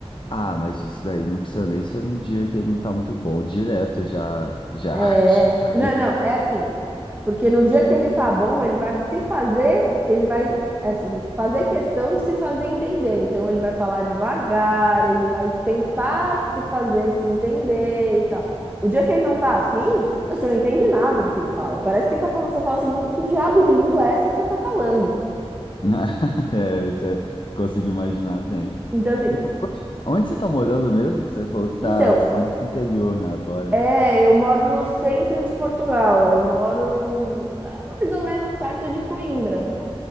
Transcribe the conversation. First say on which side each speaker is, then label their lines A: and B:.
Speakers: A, on the left; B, on the right.
A: Ah, mas isso daí não precisa nem ser num dia que ele não tá muito bom. Direto já, já,
B: É,
A: <laughs> já, caiu,
B: não, não, é assim. Porque no dia que ele tá bom, ele vai se fazer, ele vai, assim, fazer questão de se fazer entender. Então, ele vai falar devagar, ele vai tentar se fazer se entender e tal. O dia que ele não tá afim, você não entende nada do que ele fala. Parece que ele tá falando, você fala assim, não, que diabo de língua é essa que você tá falando?
A: né? <laughs> é, eu já consigo imaginar bem.
B: Então, assim,
A: Mas onde, onde você tá morando mesmo? Que você falou que tá,
B: então,
A: você tá mais no interior, né, agora.
B: é, eu moro no centro de Portugal, eu moro num, é, mais ou menos perto de Coimbra.